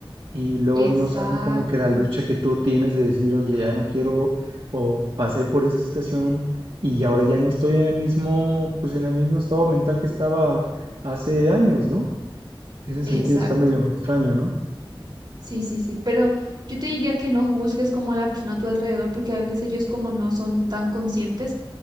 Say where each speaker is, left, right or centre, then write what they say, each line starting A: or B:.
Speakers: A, on the right; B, on the right.
A: y luego
B: Exacto,
A: no saben como que la lucha que tú tienes de decir, oye, ya no quiero o pasé por esa situación y ahora ya no estoy en el mismo, pues en el mismo estado mental que estaba hace años, ¿no? Ese sentido
B: exacto.
A: está medio extraño, ¿no?
B: Sí, sí, sí, pero yo te diría que no juzgues como a la persona a tu alrededor, porque a veces ellos como no son tan conscientes.